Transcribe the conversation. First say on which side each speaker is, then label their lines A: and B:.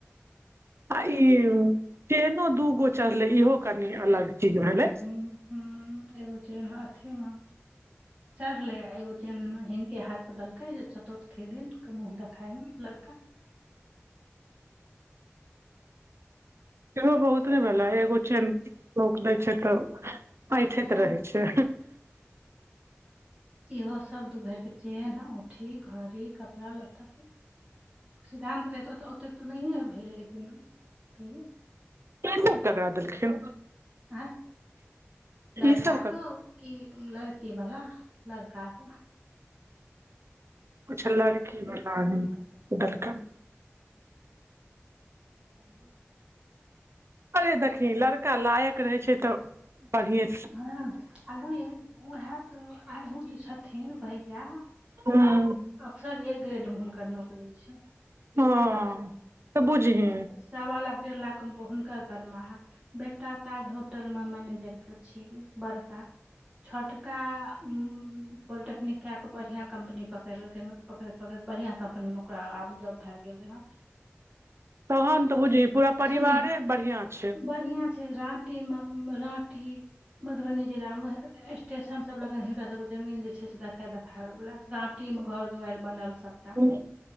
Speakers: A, on the right; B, on the right.
A: आ ई केहनो दूगो चढ़ले इहो कनी अलग चीज भेलै
B: ह ह ए छै हथीमे चढ़ले आ एगो चेन हिनके हाथ के देलकै जे चतुर्थी दनक के मुह देखााय मे लड़का
A: बहुत नहि भेला एगो छै रप दै छै तऽ ऐठैत
B: वएह
A: रहै छै
B: इहो सब दुपर के चेन्नह औठी घड़ी कपड़ा लत्ता सिद्धानं्त रहितौ तऽ ओतेक तऽ नहिए भेलै लेकिन तहियो
A: केशव करवा देलखिन
B: आँ लड़का
A: ई सब
B: क ई लड़की बला लड़काक
A: अच्छा लड़की बला हुनका देलखन अरे देखी लड़का लायक रहै छै तऽ बढ़ए
B: हँ आगे उह त आू जे छथिन भैया
A: हँ
B: अफसर एक ग्रेड मे हुनकर नौकरी छै ड्न
A: हँ तऽ बुझही
B: सवा लाख डेढ़ लाख मे हुनकर दरमाहा बेटा ताज होटल में मैनेजर छै बड़का छोटका उ पॉलटेक्निक क के बढ़िया कम्पनी पकड़लखिन पकड़ैत पकड़ैत बढ़िआँ कम्पनीमे ओकरा आब जॉब भए गेलै हँ ले
A: तहन तऽ बुझिय पूरा परिवारे
B: सुनी
A: बढ़ियां छै
B: बढ़िया राँटी मे राँटी मधुबनी जिला मे स्टेशन सब लगन हिनक सब जमीन जे छै से देखे देखाबे वालला राँटी में घर दुआार बनल सब
A: ओ